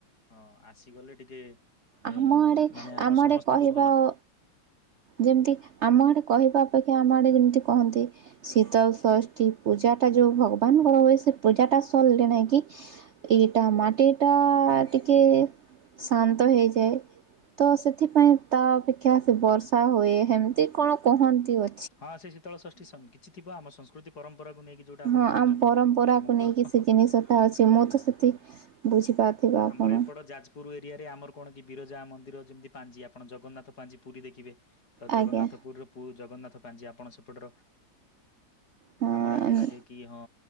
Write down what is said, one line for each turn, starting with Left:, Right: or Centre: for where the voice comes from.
Left: ହଁ ଆସିଗଲେ ଟିକେ
Right: ଆମ
Left: ଏ
Right: ଆଡ଼େ
Left: ମାନେ
Right: ଆମ
Left: ସମସ୍ତଙ୍କୁ
Right: ଆଡ଼େ କହିବ
Left: ଭଲ
Right: ଓ ଯେମିତି ଆମ ଆଡେ କହିବା ଅପେକ୍ଷା ଆମ ଆଡେ ଯେମିତି କହନ୍ତି ଶୀତଳ ଷଷ୍ଠୀ ପୂଜା ଟା ଯୋଉ ଭଗବାନଙ୍କର ହୁଏ ସେ ପୂଜା ଟା ସରିଲେ ନାଇଁ କି ଏଇଟା ମାଟିଟା ଟିକେ ଶାନ୍ତ ହେଇଯାଏ। ତ ସେଥିପାଇଁ ତା ଅପେକ୍ଷା ସେ ବର୍ଷା ହୁଏ ହେମିତି କଣ କହନ୍ତି ବୋ
Left: ହଁ ସେ ଶୀତଳ ଷଷ୍ଠୀ ସେମିତି କିଛି ଥିବ ଆମ ସଂସ୍କୃତି ପରମ୍ପରାକୁ ନେଇକି। ଯୋଉଟା ଆପଣ
Right: ହଁ
Left: କହୁଛନ୍ତି
Right: ଆମ ପରମ୍ପରାକୁ
Left: ମୁଁ ତ
Right: ନେଇକି ସେ ଜିନିଷଟା ଅଛି
Left: ବୁଝିଲି।
Right: ମୁଁ ତ ସେଠି ବୁଝିପାରୁଥିବେ ଆପଣ
Left: ଆମର ଏପଟ ଯାଜ ପୁରୁ ଏରିଆରେ ଆମର କଣ କି ବିରଜା ମନ୍ଦିର ଯେମିତି ପାଞ୍ଜି ଆପଣ ଜଗନ୍ନାଥ ପାଞ୍ଜି ପୁରୀ ଦେଖିବେ। ତ ଜଗନ୍ନାଥପୁର
Right: ଆଜ୍ଞା।
Left: ପୁ ଜଗନ୍ନାଥ ପାଞ୍ଜି ଆପଣ ସେପଟର
Right: ହଁ
Left: ଆମ ରାତି ଲାଗେ କି ହଁ